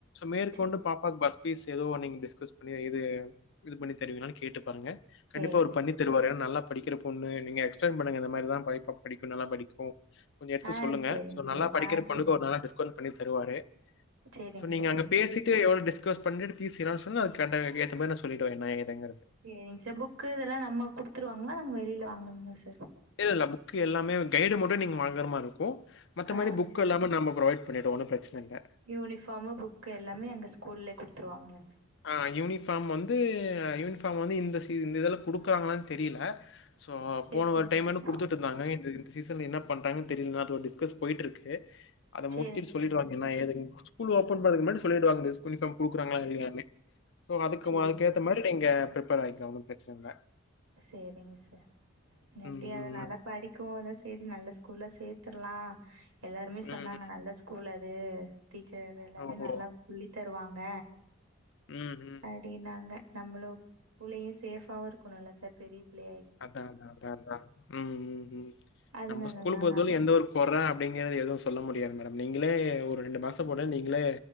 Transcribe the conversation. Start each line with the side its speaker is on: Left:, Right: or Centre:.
Left: மேற்கொண்டு
Right: சரி,
Left: பா பஸ் பீஸ் எது நீங்க டிஸ்கஸ் பண்ணி இது பண்ணி தருவிங்கலானு கேட்டு பாருங்க கண்டிப்பா
Right: சரிங்க
Left: அவரு பண்ணி
Right: சார்.
Left: தருவார் ஏன்னா நல்ல படிக்கிற பொன்னு நீங்க எக்ஸ்பளைன் பண்ணுங்க இந்த மாரி தா படிக்கு நல்லா படிக்கு கொஞ்சோ எடுத்து
Right: ஆ
Left: சொல்லுங்க
Right: சரிங்க
Left: சோ
Right: சார்.
Left: நல்லா படிக்கிற
Right: ஆ
Left: பொண்ணுக்கு
Right: சரி.
Left: ஒரு நல்லா டிஸ்கவுண்ட் பண்ணி தருவாரு
Right: சரிங்க
Left: சோ நீங்க
Right: சார்,
Left: அங்க
Right: சரிங்க.
Left: பேசிட்டு எவ்ளோ டிஸ்கஸ் பண்ணிட்டு பீஸ் எதா சொல்லுங் அது கர்டா ஏத்த மார் சொல்லிடுவே என்ன ஏதுங்கிறது
Right: சேரிங்க சார் புக்கு இதெல்லா நம்ம குடுத்துருவாங்களா நாங்க வெளில வாங்கணுங்களா சார்
Left: இல்ல இல்ல புக் எல்லாமே கைடு மட்டு நீங்க வாங்கற மார்ருக்கு மத்த
Right: ஆ
Left: மாரி புக் எல்லாம் நாம ப்ரொவைட் பண்ணிடுவோ ஒன்னு பிரச்சன இல்ல
Right: யூனிஃபார்மு புக்கு எல்லாமே அந்த ஸ்கூல்லயே குடுத்துருவாங்களா
Left: அ யூனிஃபார்ம் வந்து யூனிஃபார்ம் வந்து இந்த சி இந்த இதுல குடுக்குறாங்களானு தெரில சோ
Right: சரி,
Left: போன
Right: சரிங்க
Left: ஒரு டைம்
Right: சார்.
Left: குடுத்துட்டு இருந்தாங்க இந்த சீசன் என்ன பண்றாங்கு தெரில டிஸ்கஸ் போயிட்டுருக்கு அத
Right: சரிங்க
Left: முடிச்சுட்டு சொல்லிடுவாங்க
Right: சார்.
Left: என்ன ஏதுனு ஸ்கூல் ஓப்பன் பன்றதுக்கு முன்னாடி சொல்லிடுவாங்க ஸ்கூல் யூனிஃபார்ம் குடுறாங்களா இல்லயானு சோ அதுக்கு
Right: சரி.
Left: அதுக்கு ஏத்த மாரி நீங்க ப்ரிபேர் ஆயிக்கேங்க ஒன்னு ப்ரெச்சனை இல்ல
Right: சேரிங்க சார் எப்டியு
Left: ம்,
Right: அத
Left: ம்,
Right: நல்லா
Left: ம்.
Right: படிக் க்கு அதா சேரி நல்ல ஸ்கூல்லா சேர்த்திர்லா எல்லாருமே சொன்னாங்க
Left: ம், ம்.
Right: நல்ல ஸ்கூல் அது டீச்சர் எல்லாமே
Left: ஓஹோ!
Right: நல்லா சொல்லி தருவாங்க
Left: ம் ம்
Right: அப்டின்னாங்க நம்மளோ பிள்ளையு சேஃபாவு இருக்கணும்ல சார் பெரிய பிள்ளைய
Left: அதா அதா அதா அதா ம் ம் ம்
Right: அதனால
Left: நம்ம ஸ்கூல்
Right: தான்
Left: பொருத்தாலு
Right: நான்
Left: எந்த ஒரு கொற அப்டிங்கற எதுவு சொல்ல முடியாது மேடம் நீங்களே ஒரு ரெண்டு மாசோ போட்டு நீங்களே